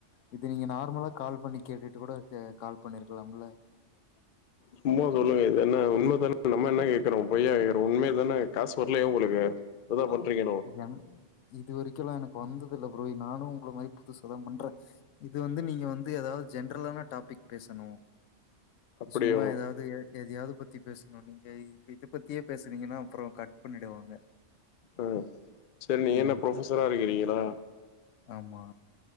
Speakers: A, on the left; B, on the left.
A: இது நீங்க நார்மலா கால் பண்ணி கேட்டுட்டு கூட கால் பண்ணிருக்கலாம்ல
B: சும்மா சொல்லுங்க இது என்ன உண்மைதானா நம்ம என்ன கேக்குறோம் பொய்யா கேக்குறோம் உண்மே தானே காசு வரலையா உங்களுக்கு இப்பதா பண்றீங்களோ
A: என் இது வரைக்குகெல்லாம் எனக்கு வந்தது இல்ல புரோ நானும் உங்கள மாதிரி புதுசாதாம் பண்ற இது வந்து நீங்க வந்து ஏதாவது ஜென்ரலான டாபிக் பேசணும்
B: அப்டியோ
A: சும்மா ஏதாவது எதையாவது பத்தி பத்தி பேசணும் நீங்க இ இதை பத்தியே பேசுனீங்கன்னா அப்புறம் கட் பண்ணிடுவாங்க
B: ஹம் சரி நீ
A: ம்
B: என்ன ப்ரொபசரா இருக்கிறீங்களா
A: ஆமா